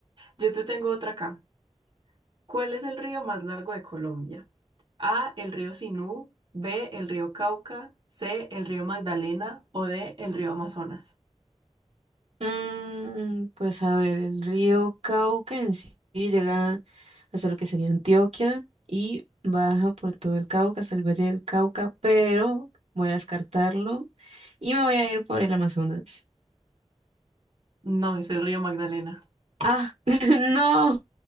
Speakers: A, on the right; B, on the right.
A: Yo te tengo otra acá. ¿Cuál es el río más largo de Colombia? A. El río Sinú. B. El río Cauca. C. El río Magdalena o D. El río Amazonas.
B: Mm, pues a ver, el río Cauca en sí llega hasta lo que sería Antioquia y baja por todo el Cauca hasta el Valle del Cauca, pero voy a descartarlo y me voy a ir por el Amazonas.
A: No, es el río Magdalena.
B: Ah, <laughs> no,